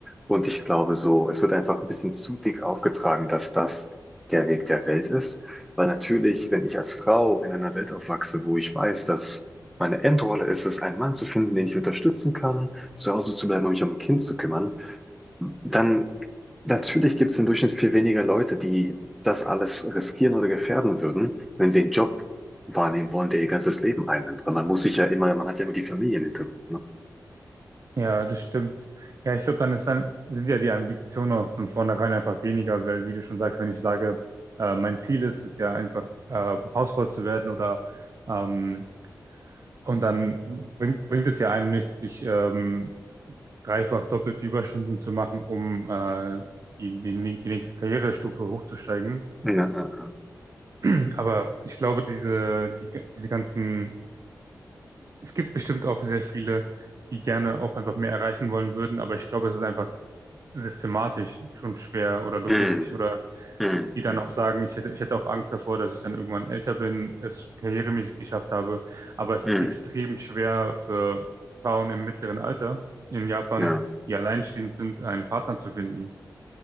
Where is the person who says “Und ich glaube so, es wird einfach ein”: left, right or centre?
Centre